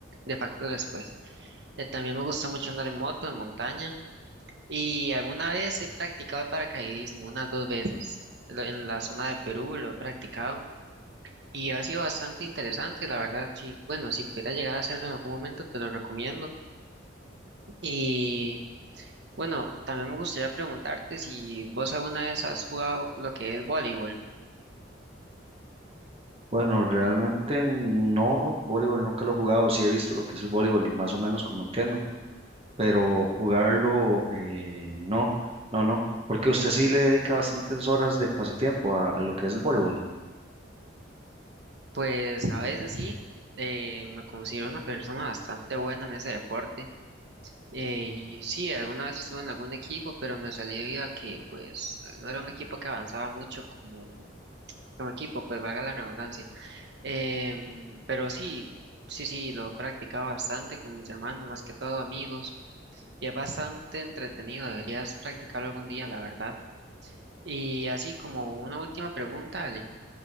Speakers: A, on the right; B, on the right.
A: de factores, pues. Eh, También me gusta mucho andar en moto, en montaña. Y alguna vez he practicado el paracaidismo, unas dos veces. Lo- En la zona de Perú lo he practicado. Y ha sido bastante interesante, la verdad. Sí, bueno, si pudiera llegar a hacerlo en algún momento, te lo recomiendo. Y bueno, también me gustaría preguntarte si vos alguna vez has jugado lo que es voleibol.
B: Bueno, realmente no, voleibol nunca lo he jugado, sí he visto lo que es el voleibol y más o menos como entiendo, pero jugarlo eh, no, no, no, porque usted sí le dedica bastantes horas de pasatiempo a a lo que es el voleibol.
A: Pues a veces sí, eh, me considero una persona bastante buena en ese deporte. Eh, y sí, alguna vez estuve en algún equipo, pero me salió vida que, pues, no era un equipo que avanzaba mucho como, como equipo, pues, valga la redundancia. Em, pero sí, sí, sí, lo practicaba bastante con mis hermanos, más que todo amigos, y es bastante entretenido, deberías practicarlo algún día, la verdad. Y así como una última pregunta, Ale.